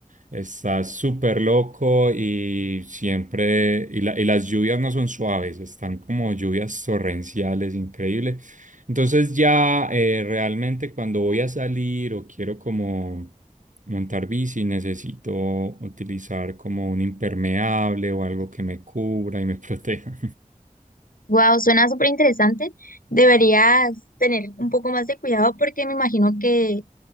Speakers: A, on the right; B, on the left.
A: Está súper loco y siempre, y, la- y las lluvias no son suaves, están como lluvias torrenciales, increíble. Entonces ya eh, realmente cuando voy a salir o quiero como montar bici, necesito utilizar como un impermeable o algo que me cubra y me <laughs> proteja.
B: Wow, suena súper interesante. Deberías tener un poco más de cuidado porque me imagino que